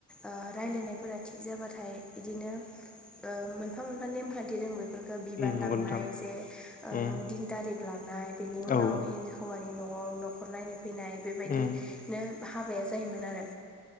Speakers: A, in the centre; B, on the left.
A: ओ रायलायनाय फोरा थिग जाबाथाय बिदिनो ओ मोनफा मोनफा नेमखान्थि दोङो बेफोर ओ बिबान
B: उम नंगौ
A: लांनाय
B: नोंथां
A: जे ओ
B: उम
A: दिन तारिख लानाय बेनि उनाव
B: औ
A: हिन हौवानि नि न'वाव नखर नायनो फैनाय बेबायदि
B: उम औ
A: नो हाबाया जायोमोन आरो